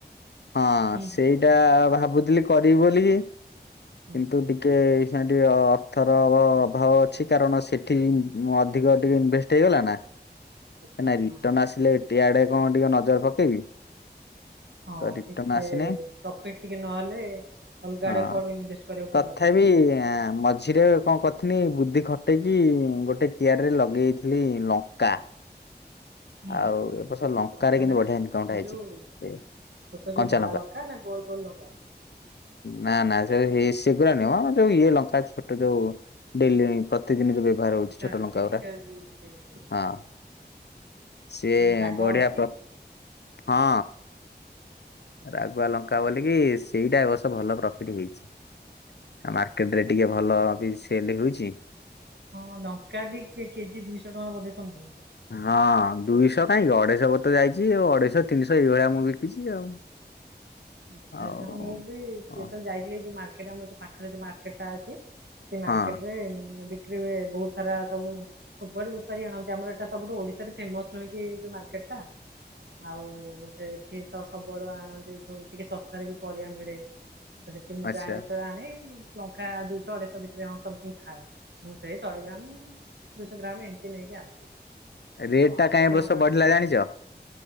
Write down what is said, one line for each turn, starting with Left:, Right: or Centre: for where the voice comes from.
Left: ହଁ
Right: ହୁଁ
Left: ସେଇଟା
Right: ହୁଁ ବୁଝିଲି
Left: ଭାବୁଥିଲି କରିବି ବୋଲି ‌କି।
Right: ହୁଁ
Left: କିନ୍ତୁ ଏ ଟିକେ ଏ <unintelligible> ର ଅର୍ଥର ଅଭାବ ଅଛି କାରଣ ସେଠି ଅଧିକ ଟିକେ ଇନଭେଷ୍ଟ୍ <unintelligible>
Right: ଆଚ୍ଛା
Left: ନା ରିଟର୍ନ
Right: ହଁ
Left: ଆସିଲେ ଇଆଡ଼େ କଣ ଟିକେ ନଜର ପକେଇବି।
Right: ହଁ
Left: ତ ରିଟର୍ଣ
Right: ଠିକ୍ ସେ
Left: ଆସିନାହିଁ
Right: ପ୍ରଫିଟ୍ ଟିକେ ନହେଲେ ଅଲଗା
Left: ହଁ
Right: ଆଡେ କୁଆଡୁ ଇନଭେଷ୍ଟ କରିବାକୁ କୋଉଠୁ
Left: ତଥାପି
Right: ଆସିବ
Left: ଆଁ ମଝିରେ କଣ କରିଥିଲି ବୁଦ୍ଧି ଖଟେଇକି ଗୋଟେ କିଆରି ରେ ଲଗେଇଥିଲି ଲଙ୍କା।
Right: ହୁଁ
Left: ଆଉ ଏ ବର୍ଷ ଲଙ୍କାରେ
Right: ଲଙ୍କା
Left: କିନ୍ତୁ
Right: ମାନେ
Left: ବଢ଼ିଆ ଇନକମ୍ ଟା
Right: ଏ
Left: ହେଇଛି।
Right: ଯୋଉ
Left: ଏ
Right: ଛୋଟ
Left: କଞ୍ଚା
Right: ଯୋଉ ଧଳା ଲଙ୍କା ନା ଗୋଲ ଗୋଲ ଲଙ୍କା।
Left: ନାଁ ନାଁ ସେ ସେଗୁଡା ନୁହଁ ଆମର ଯୋଉ ଇଏ ଲଙ୍କା ଛୋଟ ଯୋଉ ଡେଲି ପ୍ରତିଦିନରେ ବ୍ୟବହାର ହଉଛି
Right: ଆଚ୍ଛା
Left: ଛୋଟ ଲଙ୍କା
Right: ଡେଲିକା
Left: ଗୁଡ଼ା
Right: ଯୋଉ ଲଙ୍କା ସବୁ ଅଛି
Left: ହଁ। ସିଏ
Right: ନା ରାଗ
Left: ବଢ଼ିଆ
Right: ଅଛି
Left: ପ୍ର ହଁ।
Right: ଆଚ୍ଛା
Left: ରାଗୁଆ ଲଙ୍କା ବୋଲିକି ସେଇଟା ଏ ବର୍ଷ ଭଲ ପ୍ରଫିଟ୍ ହେଇଛି ଆଉ ମାର୍କେ କେତେବେଳେ ଟିକେ ଭଲ ବି ସେଲ୍ ହଉଛି।
Right: ହଁ ଲଙ୍କା ବି କେଜି ଦୁଇଶହ ଟଙ୍କା ବୋଧେ ସମଥିଙ୍ଗ୍
Left: ହଁ ଦୁଇଶହ କାହିଁକି ଅଢ଼େଇ ଶହ ବତେ ଯାଇଛି ଆଉ ଅଢ଼େଇ ଶହ ତିନିଶହ ଏଇଭଳିଆ ମୁଁ ବିକିଛି ଆଉ।
Right: ଆଚ୍ଛା
Left: ଆଉ
Right: ଆଚ୍ଛା ହଁ ମୁଁ ବି
Left: ହଁ
Right: ଯେତେବେଳେ ଯାଇଥିଲି ଯୋଉ ମାର୍କେଟ ଆମର ପାଖରେ ଯୋଉ ମାର୍କେଟ ଟା ଅଛି। ସେ ମାର୍କେଟ
Left: ହଁ
Right: ରେ ବିକ୍ରି ହୁଏ ବହୁତ୍ ସାରା ସବୁ ସବୁଆଡୁ଼ ବେପାରି ଆଣନ୍ତି ଆମର ଏଇଟା ସବୁଠୁ ଓଡ଼ିଶାରେ ଫେମସ୍ ନୁହଁ କି ଏଇ ଯୋଉ ମାର୍କେଟ ଟା। ଆଉ ସେ ଏଠି ତ ସବୁଆଡୁ ଆଣନ୍ତି ଯୋଉ ଟିକେ ଶସ୍ତାରେ ବି ପରିବା ମିଳେ। ତ ସେଠି ମୁଁ
Left: ଆଚ୍ଛା
Right: ଯାଏ ଯେତେବେଳେ ଆଣେ ଲଙ୍କା ଦୁଇଶହ ଅଢ଼େଇଶହ ଭିତରେ ହଁ ସମଥିଙ୍ଖ୍ ଥାଏ ମୁଁ ସେଇ ଶହେ ଗ୍ରାମ୍ ଦୁଇଶହ ଗ୍ରାମ୍ ଏମିତି ନେଇକି ଆସେ।
Left: ରେଟ୍
Right: ଆଉ ଆମର
Left: ଟା କାହିଁ
Right: ଏତେ
Left: ଏ ବର୍ଷ
Right: ଲଙ୍କା
Left: ବଢ଼ିଲା
Right: କଣ
Left: ଜାଣିଛ?